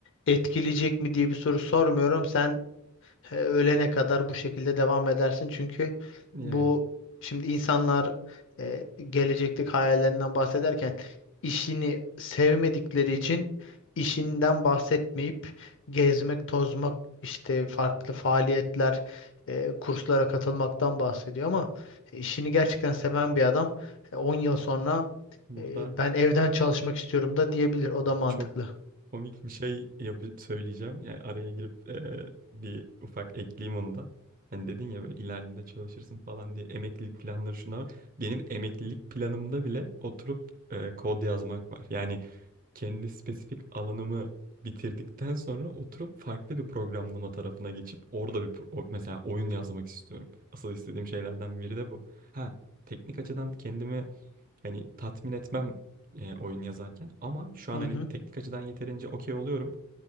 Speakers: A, on the left; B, on the right.
A: etkileyecek mi diye bir soru sormuyorum. Sen e, ölene kadar bu şekilde devam edersin. Çünkü
B: Yani
A: bu şimdi insanlar e, gelecekteki hayallerinden bahsederken işini sevmedikleri için işinden bahsetmeyip gezmek, tozmak, işte farklı faaliyetler, e, kurslara katılmaktan bahsediyor ama işini gerçekten seven bir adam e, 10 yıl sonra
B: burada
A: e, ben evden çalışmak istiyorum da diyebilir. O da mantıklı.
B: çok komik bir şey yapı söyleyeceğim. Yani araya girip eee, bir ufak ekleyeyim onu da. Hani dedin ya böyle ileride de çalışırsın falan diye emeklilik planları şunlar var. Benim emeklilik planımda bile oturup eee, kod yazmak var. Yani kendi spesifik alanımı bitirdikten sonra oturup farklı bir programlama tarafına geçip orada bir pro- o- mesela oyun yazmak istiyorum. Asıl istediğim şeylerden biri de bu. Ha, teknik açıdan kendimi hani tatmin etmem e, oyun yazarken ama şu an
A: Hı
B: hani
A: hı.
B: teknik açıdan yeterince okey oluyorum